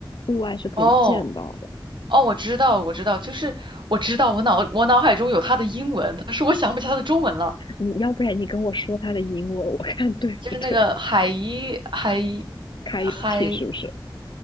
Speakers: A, on the left; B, on the right.
A: 户外是可以见到的。
B: 哦哦，我知道我知道，就是我知道我脑我脑海中有它的英文，但是我想不起它的中文了，
A: 你要不然你跟我说它的英文，我 <laughs> 看对不对
B: 就是那个海一海一海，
A: 凯尤体是不是？